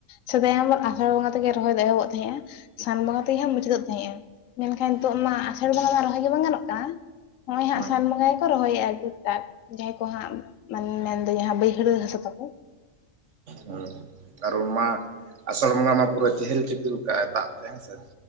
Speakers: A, on the left (about 80°); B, on the right (about 65°).
A: ᱥᱮᱫᱟᱭ ᱟᱵᱚᱱ ᱟᱥᱷᱟᱲ ᱵᱚᱸᱜᱟ ᱛᱮᱜᱮ ᱨᱚᱦᱚᱭ ᱫᱚ ᱮᱦᱚᱵᱚᱜ ᱛᱟᱦᱮᱸᱜᱼᱟ᱾ ᱥᱟᱱ ᱵᱚᱸᱜᱟ ᱛᱮᱜᱮ ᱦᱟᱸᱜ ᱢᱩᱪᱟᱹᱫᱚᱜ ᱛᱟᱦᱮᱸᱜᱼᱟ। ᱢᱮᱱᱠᱷᱟᱱ ᱱᱤᱛᱚᱜ ᱢᱟ ᱟᱥᱟᱲ ᱵᱚᱸᱜᱟ ᱢᱟ ᱨᱚᱦᱚᱭ ᱜᱮ ᱵᱟᱝ ᱜᱟᱱᱚᱜ ᱠᱟᱱᱟ ᱱᱚᱜᱼᱚᱭ ᱦᱟᱸᱜ
B: ᱦᱮᱸ
A: ᱥᱟᱱ ᱵᱚᱸᱜᱟ ᱜᱮᱠᱚ ᱨᱚᱦᱚᱭᱼᱟ᱾ ᱡᱟᱦᱟᱸᱭ ᱠᱚ ᱦᱟᱸᱜ ᱢᱟᱱᱮ ᱢᱮᱱᱫᱚ ᱡᱟᱦᱟᱸ ᱵᱟᱹᱭᱦᱟᱹᱲ ᱦᱟᱹᱥᱩ ᱛᱟᱠᱚ᱾
B: ᱚ᱾ ᱟᱨ ᱩᱱ ᱢᱟ ᱟᱥᱟᱲ ᱵᱚᱸᱜᱟ ᱢᱟ ᱯᱩᱨᱟᱹ ᱪᱮᱦᱮᱞ ᱪᱮᱯᱮᱞ ᱠᱟᱜᱟᱭ ᱫᱟᱜ ᱛᱮ ᱦᱮᱸ ᱥᱮ?